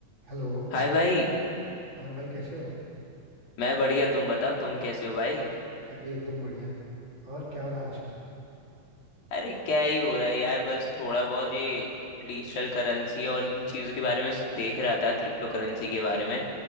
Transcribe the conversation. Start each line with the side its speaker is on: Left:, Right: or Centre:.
Right: Hello
Left: हाय भाई
Right: और भाई कैसे हो
Left: मैं बढ़िया तुम बताओ तुम कैसे हो भाई
Right: मैं भी एकदम बढ़िया और क्या हो रहा है आजकल
Left: अरे क्या ही हो रहा है यार बस थोड़ा बहुत ये डिजिटल करेंसी और इन चीज़ों के बारे में देख रहा था क्रिप्टो करेंसी के बारे में